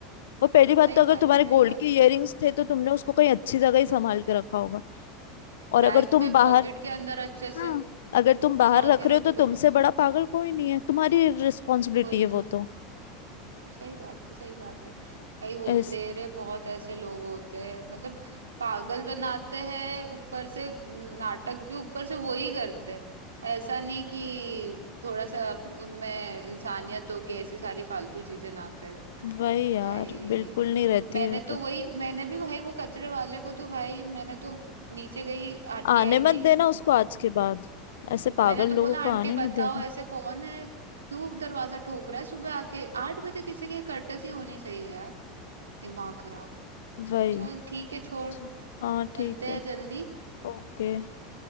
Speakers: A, on the left; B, on the right.
A: और पहली बात
B: सही
A: तो अगर
B: बात
A: तुम्हारे
B: है सही
A: गोल्ड
B: बात
A: के इयररिंग्स
B: है
A: थे तो तुमने उसको कहीं अच्छी जगह ही संभाल के रखा होगा और
B: बैग
A: अगर तुम
B: में
A: बाहर
B: पॉकेट के अंदर अच्छे से
A: हाँ अगर तुम
B: घुसा
A: बाहर रख
B: के
A: रहे
B: रख
A: हो तो
B: दो
A: तुमसे बड़ा पागल कोई नहीं है तुम्हारी रिस्पॉन्सिबिलिटी
B: कोई
A: है
B: नहीं
A: वो तो
B: सही बात है सही बात है भाई होते
A: इस
B: रे बहुत ऐसे लोग होते हैं मतलब पागल बनाते हैं ऊपर से नाटक भी ऊपर से वही करते हैं ऐसा नहीं कि थोड़ा सा अप- उनमें इंसानियत हो कि ऐसी सारी फालतू चीजें ना करे
A: वही यार
B: भाई
A: बिल्कुल नहीं रहती
B: मैंने
A: है वो
B: तो
A: तो
B: वही मैंने भी भाई वो कचरे वाले को तो भाई मैंने तो नीचे गई आंटी
A: आने
B: आई
A: मत
B: थी
A: देना उसको आज के बाद ऐसे पागल
B: मैंने तो
A: लोगों
B: बोला
A: को
B: आंटी
A: आने
B: बताओ
A: ही मत देगा
B: ऐसे कौन है क्यों दरवाजा ठोक रहा है सुबह आके आठ बजे किसी के कर्टसी होनी चाहिए दिमाग खराब
A: वही
B: चल ठीक है छोड़
A: च- हाँ
B: मिलते
A: ठीक है
B: हैं जल्दी
A: ओके